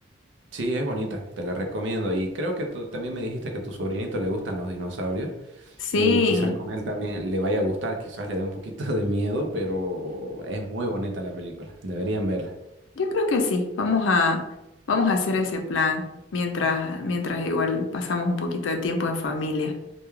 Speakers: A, on the right (about 70°); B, on the left (about 80°).
A: Sí, es bonita. Te la recomiendo. Y creo que tú también me dijiste que a tu sobrinito le gustan los dinosaurios.
B: Sí,
A: Mm, quizás con él también le vaya a gustar, quizás le dé un poquito de miedo, pero es muy bonita la película. Deberían verla.
B: yo creo que sí. Vamos a, vamos a hacer ese plan mientras, mientras igual pasamos un poquito de tiempo en familia.